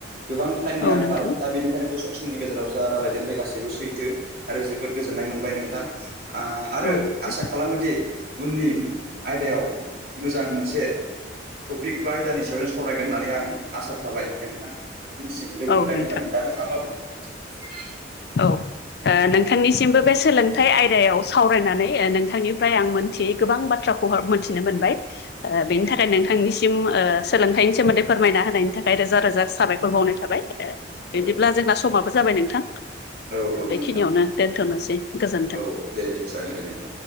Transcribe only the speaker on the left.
औ
नोंथां
औ नोंथां
औ
नोंथां
औ। ओ नोंथांनिसिमबो बे सोलोंथाइ आयदायाव सावरायनानै नोंथांनिफ्राय आं मोनथियै गोबां बाथ्रा। खौ मोनथिनो मोनबाय ओ बेनि थाखाय। थाखाय नोंथांनिसिम ओ सोलोंथाइनि सोमोन्दै फोरमायना होनायनि थाखाय रोजा रोजा साबायखर बावनाय थाबाय।
बिदिब्ला जोंना समाबो जाबाय नोंथां।
बेखिनियावनो
दोनथ'नोसै गोजोन्थों।